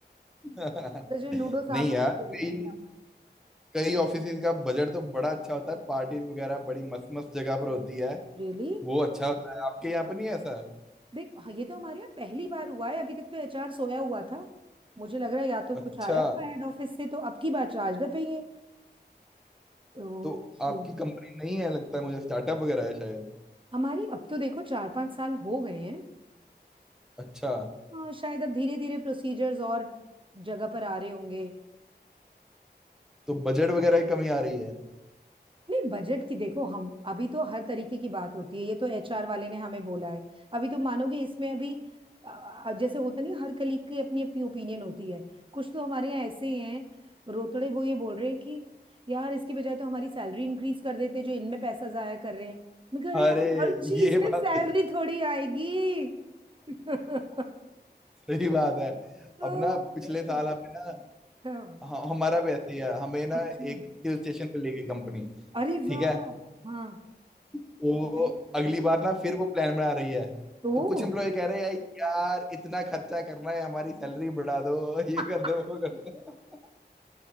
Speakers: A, in the centre; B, on the right.
A: <laughs>
B: तो जो लूडो
A: नहीं
B: सांप सीढ़ी
A: यार
B: खेल
A: कई
B: रही हैं हम
A: कई ऑफिस का बजट तो बड़ा अच्छा होता है पार्टीज वगैरह बड़ी मस्त मस्त जगह पर होती है
B: रियली
A: वो अच्छा होता है आपके यहाँ पर नहीं है ऐसा
B: देख हाँ, ये तो हमारे यहाँ पहली बार हुआ है अभी तक तो एचआर सोया हुआ था मुझे लग रहा है या तो कुछ
A: अच्छा
B: आया हुआ हेड ऑफिस से तो अब की बार चार्ज द पेंगे तो
A: तो आपकी
B: हम्म,
A: कंपनी नहीं है लगता है मुझे स्टार्टअप वगैरह है शायद
B: हमारी अब तो देखो चार पांच साल हो गए हैं
A: अच्छा
B: हाँ शायद अब धीरे धीरे प्रोसीजर्स और जगह पर आ रहे होंगे
A: तो बजट वगैरह की कमी आ रही है
B: नहीं बजट की देखो हम अभी तो हर तरीके की बात होती है ये तो एचआर वाले ने हमें बोला है अभी तो मानोगे इसमें अभी अ, जैसे होता नहीं है, हर कलीग की अपनी अपनी ओपिनियन होती है कुछ तो हमारे यहाँ ऐसे ही हैं रोतड़े वो ये बोल रहे हैं कि यार इसकी बजाय तो हमारी सैलरी इंक्रीज कर देते जो इनमें पैसा जाया कर रहे हैं मैं कह रही
A: अरे
B: यार हर चीज
A: ये
B: में
A: बात
B: सैलरी
A: <laughs>
B: थोड़ी आएगी <laughs> तो
A: सही बात है
B: फिर-
A: अब ना पिछले साल हमें ना
B: हाँ,
A: ह- हमारा भी ऐसी है हमें ना
B: अच्छा
A: एक हिल स्टेशन पे ले गई कंपनी
B: अरे
A: ठीक
B: वाह
A: है
B: हाँ
A: तो
B: फिर
A: अगली बार ना फिर वो प्लान बना रही है
B: तो
A: तो कुछ एम्प्लॉय कह रहे हैं यार इतना खर्चा करना है हमारी सैलरी बढ़ा दो ये
B: <laughs>
A: कर दो वो कर दो